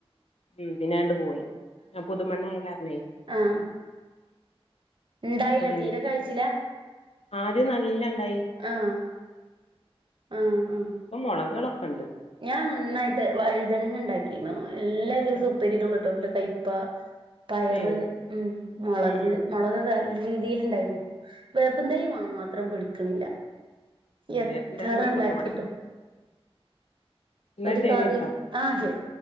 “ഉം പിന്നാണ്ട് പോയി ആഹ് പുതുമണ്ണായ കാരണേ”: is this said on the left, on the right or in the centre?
Left